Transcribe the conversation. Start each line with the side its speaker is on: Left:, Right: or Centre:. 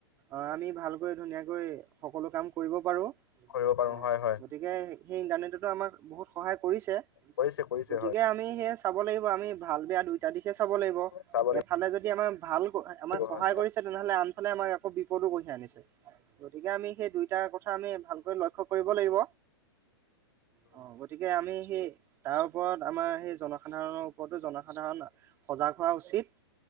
Right: অ' আমি ভালকৈ ধুনীয়াকৈ সকলো কাম কৰিব পাৰো
Left: কৰিব পাৰো
Right: অঁ
Left: হয় হয়
Right: গতিকে সেই ইণ্টাৰনেটৰ আমাক বহুত সহায় কৰিছে
Left: কৰিছে কৰিছে
Right: গতিকে
Left: হয়
Right: আমি সেয়ে চাব লাগিব আমি ভাল বেয়া দুইটা দিশে চাব লাগিব
Left: চাব লাগিব
Right: এফালে যদি আমাৰ ভাল আমাক সহায়
Left: হয়
Right: কৰিছে তেনেহলে আনফালে আমক বিপদো কঢ়িয়াই আ ছে গতিকে আমি সেই দুইটা কথা আমি ভালকৈ লক্ষ্য কৰিব লাগিব। অ অ গতিকে আমি সেই তাৰ, ওপৰত আমাৰ সেই জন, সাধাৰণৰ ওপৰতো জনসাধাৰণ সজাগ হোৱা উচিত।